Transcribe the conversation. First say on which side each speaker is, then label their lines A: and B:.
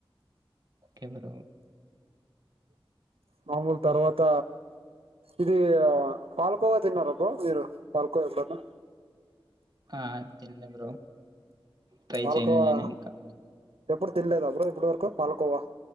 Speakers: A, on the right; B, on the right.
A: కెమెరా
B: మామూలు తర్వాత ఇది పాల్కోవా తిన్నారా బ్రో మీరు పాల్కోవ ఎప్పుడన్నా
A: ఆ తిన్న బ్రో ట్రై
B: పాలకోవా
A: చేయలే నేను ఇంకా
B: ఎప్పుడు తినలిలేదా బ్రో ఇపుడు వరకు పాలకోవా